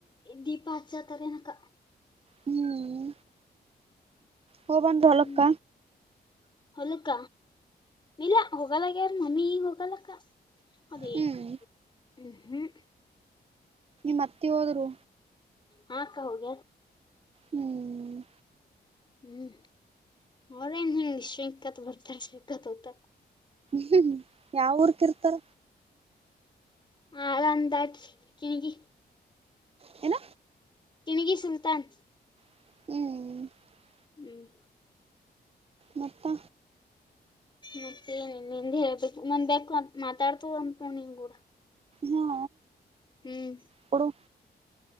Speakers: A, on the left (about 25°); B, on the right (about 35°).
A: ದೀಪ ಹಚ್ಚ ಅಾರೆ ನಕ
B: ಹ್ಮ್ ಹ ಬಂದ ಹೊಲಕ್ಕ
A: ಹ್ಮ್ ಹೊಲಕ್ಕ ಇಲ್ಲ ಹೋಗಲ್ಲಾಗ ಯಾರ ಮಮ್ಮಿ ಈಗ ಹೋಗಲಕ್ಕ ಅದೇ
B: ಹ್ಮ್
A: ಹ್ಮ್ ಹ್ಮ್
B: ಮತ್ತೆ ಹೋದ್ರು
A: ಹಾಕ್ಕ ಹೋಗ
B: ಹ್ಮ್
A: ಹ್ಮ್ ಅವದ ನಿಮ ಸಿಕ್ಕತ್ ಬರ್ತಾ ಸಿಕ್ಕತ್ ಹತ
B: ಹ್ಮ್ ಯಾವ ಊರ್ಕ ಇರ್ತಾರ
A: ಹ ಅಂದ ಕೆಿ
B: ಹ್ಣ
A: ತಿಣಗಿ ಸುಲ್ತಾನ್
B: ಹ್ಮ್
A: ಹ್ಮ್
B: ಮತ್ತ
A: ಮತ್ತೇನ ನಿಂದ ಹೇಳ್ಬೇಕು ನಂದ್ ಬು ಮಾತಾಡ್ತ ಅಂತ ನೀನ್ ಕೂಡ
B: ಹಾ
A: ಹ್ಮ್
B: ಕೊಡು